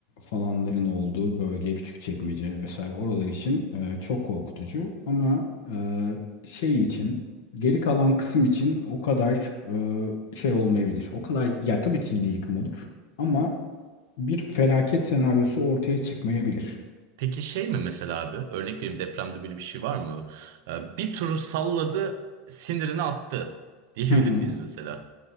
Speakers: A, on the left; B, on the right.
A: falanların olduğu bölge, Küçükçekmece vesaire oralar için e, çok korkutucu. Ama e, şey için, geri kalan kısım için o kadar e, şey olmayabilir. O kadar, ya tabii ki yine yıkım olur. Ama bir felaket senaryosu ortaya çıkmayabilir.
B: Peki şey mi mesela abi? Örnek vereyim depremde böyle bir şey var mı? E, Bir turu salladı, sinirini attı diyebilir
A: Hı hı.
B: miyiz mesela?